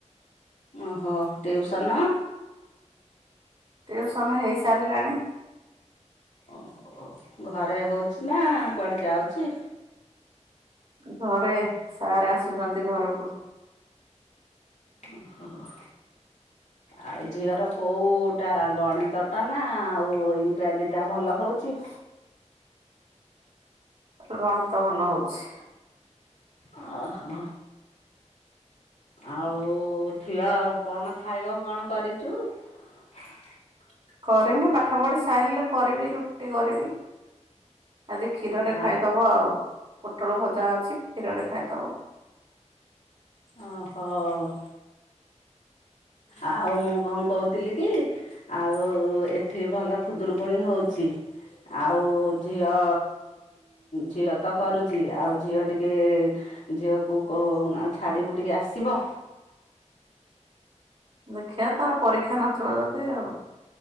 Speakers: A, on the left; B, on the right.
A: ଓହୋ! ଟ୍ୟୁସନ?
B: ଟ୍ୟୁସନ ହେଇସାରିଲାଣି।
A: ଓହୋ! ଘରେ ହଉଚି ନା କୁଆଡେ ଯାଉଛି?
B: ଘରେ! ସାର୍ ଆସୁଛନ୍ତି ଘରକୁ।
A: ଓହୋ ହ। ଆଉ ଝିଅର କୋଉ-ଉ-ଉଟା ଗଣିତ ଟା ନା ଆଉ ଇଂରାଜୀ ଟା ଭଲ ହଉ? ଚି
B: ଗଣିତ ଭଲ ହଉଛି।
A: ଅ ହୋ। ଆଉ, ଝିଅ କଣ ଖାଇବ? କଣ କରିଛୁ? <inaudible>
B: କରିନି। ପାଠ ପଢ଼ି ସାଇରଲେ କରିବି ରୁଟି କରିବି। ଆଜି କ୍ଷୀରରେ
A: ଆ
B: ଖାଇଦବ ଆଉ। ପୋଟଳ ଭଜା ଅଛି, କ୍ଷୀରରେ ଖାଇଦବ।
A: ଓହୋ ଓ! ଆଉ, ମୁଁ କଣ କହୁଥିଲି କି? ଆଉ ଏଠି ଭଲ ଖୁଦୁରୁକୁଣୀ ହଉଛି। ଆଉ-ଉ, ଝିଅ-ଅ ଝିଅ ତ କରୁଛି। ଆଉ ଝିଅ ଟିକେ ଏ ଝିଅକୁ କହ, ଛାଡିବୁ ଟିକେ ଆସିବ?
B: ଦେଖିବା!, ତାର ପରୀକ୍ଷା ନଥିବ, ଯଦି ଆଉ